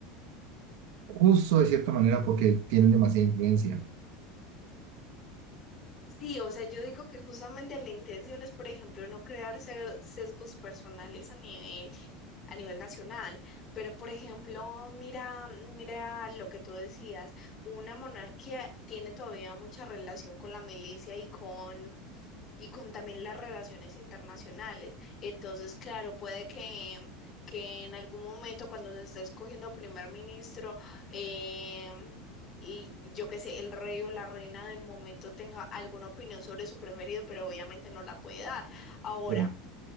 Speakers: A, on the right; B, on the left.
A: justo de cierta manera porque tienen demasiada influencia.
B: Sí, o sea, yo digo que justamente la intención es, por ejemplo, no crear se- sesgos personales a nivel, a nivel nacional, pero por ejemplo, mira, mira lo que tú decías, una monarquía tiene todavía mucha relación con la milicia y con y con también las relaciones internacionales. Entonces, claro, puede que, que en algún momento cuando se esté escogiendo primer ministro, em, y yo qué sé, el rey o la reina del momento tenga alguna opinión sobre su preferido, pero obviamente no la puede dar. Ahora,
A: Sí.